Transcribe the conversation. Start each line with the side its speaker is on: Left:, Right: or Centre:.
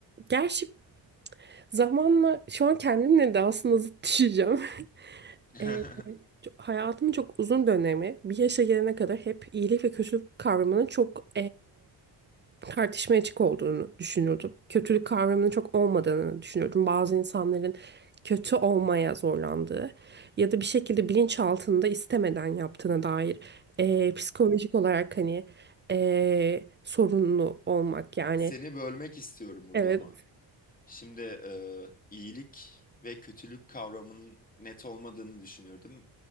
Right: gerçi zamanla şu an kendimle de aslında zıt düşeceğim.
Left: <laughs>
Right: E,
Left: Am-
Right: ço- <laughs> hayatımın çok uzun dönemi bir yaşa gelene kadar hep iyilik ve kötülük kavramının çok tartışmaya açık olduğunu düşünüyordum. Kötülük kavramının çok olmadığını düşünüyordum. Bazı insanların kötü olmaya zorlandığı ya da bir şekilde bilinçaltında istemeden yaptığına dair eee, psikolojik olarak hani eee, sorunlu olmak yani
Left: Seni bölmek istiyorum burada
Right: evet
Left: ama. Şimdi e, iyilik ve kötülük kavramının net olmadığını düşünürdüm